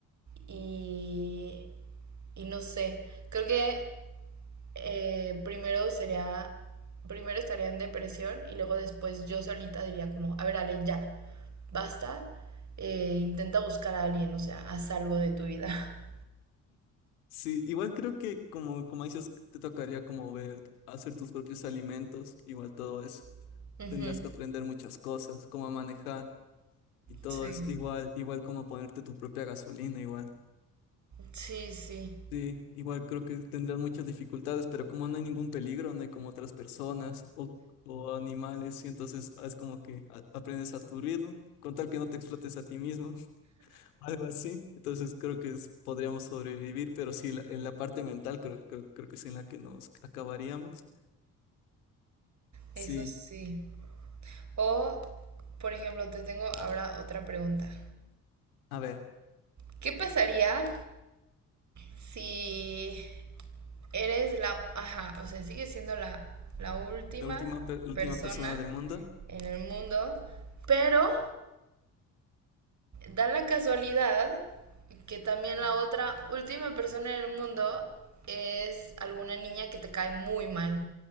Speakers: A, on the right (about 40°); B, on the left (about 75°).
A: y Y no sé, creo que eh, primero sería, primero estaría en depresión y luego después yo solita diría como, a ver, Ale, ya, basta, eh, intenta buscar a alguien, o sea, haz algo de tu vida.
B: Sí, igual creo que como, como dices, te tocaría como ver, hacer tus propios alimentos, igual todo eso.
A: <laughs> Ujú.
B: Tendrías que aprender muchas cosas, cómo manejar y todo
A: Sí,
B: eso, igual, igual como ponerte tu propia gasolina, igual.
A: sí, sí,
B: Sí, igual creo que tendrás muchas dificultades, pero como no hay ningún peligro, no hay como otras personas o, o animales, y entonces es como que a- aprendes a tu ritmo, con tal que no te explotes a ti mismo, <laughs> algo así. Entonces creo que es- podríamos sobrevivir, pero sí, la, en la parte mental creo, creo, creo que es en la que nos acabaríamos.
A: eso
B: Sí,
A: sí. O, por ejemplo, te tengo ahora otra pregunta.
B: a ver,
A: ¿Qué pasaría si eres la, ajá, o sea, sigues siendo la, la última
B: la última, per- la
A: persona
B: última persona del mundo,
A: en el mundo, pero da la casualidad que también la otra última persona en el mundo es alguna niña que te cae muy mal,